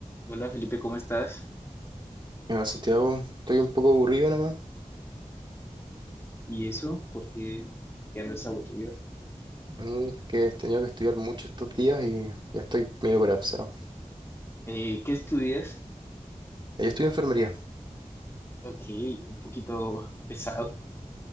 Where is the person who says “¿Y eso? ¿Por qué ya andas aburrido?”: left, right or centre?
Left